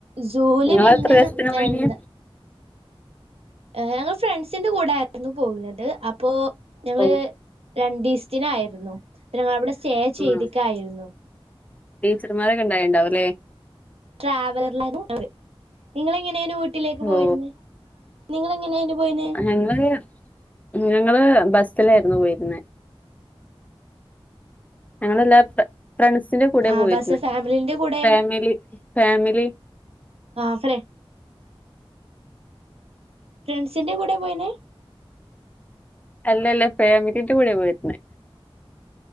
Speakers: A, on the right (about 80°); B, on the left (about 15°).
A: സൂവില്
B: നിങ്ങൾ
A: പിന്നെ
B: എത്ര ദിവസത്തിന് പോയിന്
A: എന്താ ഞങ്ങള് ഫ്രണ്ട്സിന്റെ കൂടെ ആയിരുന്നു പോകുന്നത് അപ്പോ ഞങ്ങള്
B: ഓ
A: രണ്ടീസ്ത്തിനായിരുന്നു പിന്നെ ഞങ്ങളവടെ സ്റ്റേ ചെയ്തിക്കായിരുന്നു
B: ആഹ് ടീച്ചർമാരൊക്കെ ഇണ്ടായിണ്ടോവുല്ലേ
A: ട്രാവലറിലായിരുന്നു നിങ്ങള് എങ്ങനെ ആനു വീട്ടിലേക്ക്
B: ഓ
A: പോയിരുന്നേ നിങ്ങള് എങ്ങനെയായിന് പോയിനെ
B: ഞങ്ങള് ഞങ്ങള് ബസ്സിലായിരുന്നു പോയിരുന്നെ ഞങ്ങളെല്ലാ ഫ്രണ്ട്സിന്റെ കൂടെയാ
A: ആ
B: പോയിരുന്നെ
A: ബസ് ഫാമിലിന്റെ കൂടെയാണ്
B: ഫാമിലി ഫാമിലി
A: ആഹ് ഫ്രേ ഫ്രണ്ട്സിന്റെ കൂടെയാ പോയിനെ
B: അല്ല അല്ല ഫാമിലിന്റെ കൂടെയാ പോയിരുന്നെ